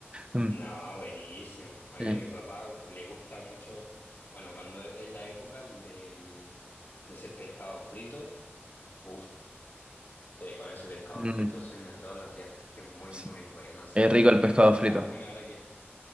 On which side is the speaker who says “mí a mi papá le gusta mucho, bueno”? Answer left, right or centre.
Left